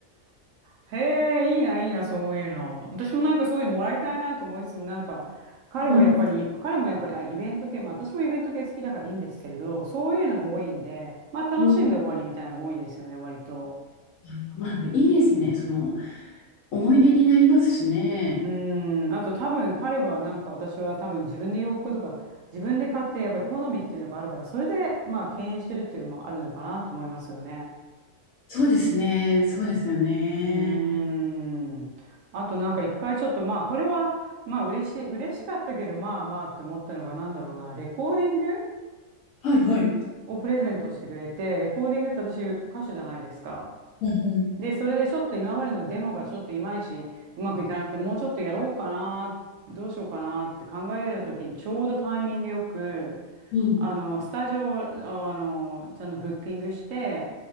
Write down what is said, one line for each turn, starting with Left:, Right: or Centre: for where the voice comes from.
Right: へえ、いいな、いいな、そういうの。私もなんかそういうのもらいたいなと思いつつも、なんか、彼はやっぱり、
Left: うん
Right: 彼もやっぱり、あ、イベント系、まあ私もイベント系好きだからいいんですけれど、そういうのが多いんで、まあ楽しんで終わりみたいなのが多いんですよね、
Left: うんうん。
Right: 割と。
Left: あのまあ、いいですね。その、思い出になりますしね。
Right: うーん、あと多分彼はなんか私は多分自分で洋服とか自分で買ってやっぱり好みっていうのがあるからそれでまあ敬遠してるっていうのもあるのかなと思いますよね。
Left: そうですね。そうですよね。
Right: うーん。あとなんか一回ちょっとまあこれはまあ嬉しい、嬉しかったけどまあまあって思ったのがなんだろうな、レコーディング
Left: はいはい。
Right: をプレゼントしてくれて、レコーディングって私歌手じゃないですか。
Left: はいはい。
Right: で、それでちょっと今までのデモがちょっといまいちうまくいかなくて、もうちょっとやろうかな、どうしようかなって考えてた時に、ちょうどタイミングよく、
Left: うん。
Right: あの、スタジオを、ああの、ちゃんとブッキングして、